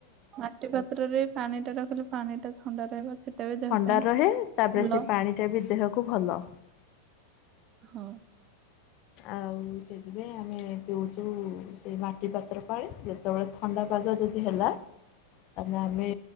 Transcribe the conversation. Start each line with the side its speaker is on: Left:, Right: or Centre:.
Right: ମାଟି ପାତ୍ରରେ ପାଣି ଟା ରଖିଲେ ପାଣି ଟା ଥଣ୍ଡା ରହିବ। ସେଟା ବି ଦେହ
Left: ଥଣ୍ଡା
Right: ପାଇଁ
Left: ରହେ ତାପରେ
Right: ଭଲ
Left: ସେ ପାଣିଟା ବି ଦେହକୁ ଭଲ।
Right: ହଁ।
Left: ଆଉ ସେଥିପାଇଁ ଆମେ ପିଉଚୁ ସେ ମାଟି ପାତ୍ର ପାଣି। ସେତେବେଳେ ଥଣ୍ଡା ପାଗ ଯଦି ହେଲା ତାହେଲେ ଆମେ